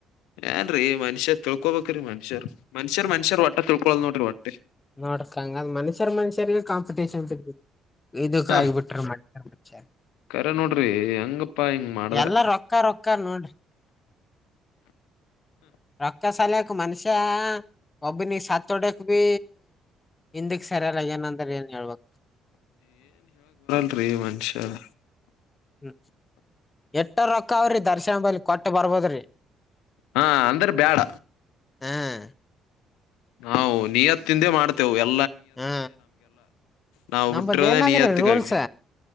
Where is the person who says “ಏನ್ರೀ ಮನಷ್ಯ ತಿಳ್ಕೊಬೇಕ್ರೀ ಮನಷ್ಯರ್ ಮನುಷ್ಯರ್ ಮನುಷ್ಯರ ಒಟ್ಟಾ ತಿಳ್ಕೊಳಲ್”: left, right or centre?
Left